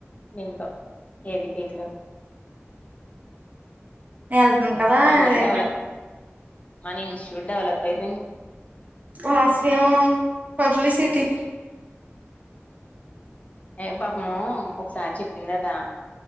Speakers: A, on the left; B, on the right.
A: ఏంటో ఏది పీక్లేదు
B: ఉ వెళ్తుంది కదా
A: మనోళ్ళు
B: అదేంటి
A: డెవలప్ మన ఇస్టిట్యూట్ డావలప్ అయి
B: రాసిమ్ పబ్లిసిటీ
A: ఏ పాపము ఒకసారి చెప్పిందిదా